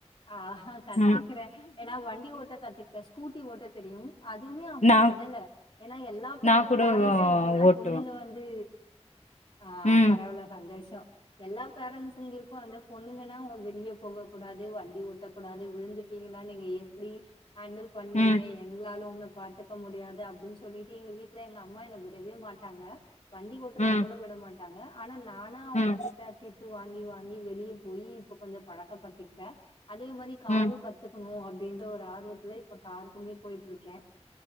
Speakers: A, on the left; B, on the left.
A: ஆஹா கத்துக்கறே
B: ம்
A: ஏன்னா வண்டி ஓட்ட கத்துக்கிட்டே ஸ்கூட்டி ஓட்ட தெரியு அதுமே அம்மா
B: நா
A: விடல ஏன்னா எல்லா பேத்
B: நா கூட
A: பேரன்ஸ்ஸு எப்டின்னா
B: ஓட்டுவே
A: பொண்ணுங்க வ வந்து ஆ
B: ம்
A: பரவல சந்தோஷோ எல்லா பேரன்ஸ்ஸுங்களுக்கு வந்து பொண்ணுங்கன்னா ஒ வெளிய போகக்க கூடாது வண் டி ஒட்டக்கூடாது விழுந்துட்டீங்கன்ன நீங்க எப்படி ஹேண்டில் பண்ணுவீங்க
B: ம்
A: எங்ளால உன்ன பாத்துக் க முடியாது அப்டின் சொல்லிட்டு எங்க வீட்டுல எங்க அம்மா என்ன விடவே மாட்டாங்க வண்டி ஓட்டுறதுக்கு
B: ம்
A: கூட விட மாட் ட்டாங்க ஆனா நானா அவங்க
B: ம்
A: கிட்ட திட் டு வாங்கி வாங்கி வெளிய போய் இப்ப கொஞ்ச பழக்க பத்திக்கிட்டே அதே மாரி கரு
B: ம்
A: கத்துக்கணு அப்டின்ற ஒரு ஆர்வத்துல இப்ப காருக்குமே போயிட்ருக்கே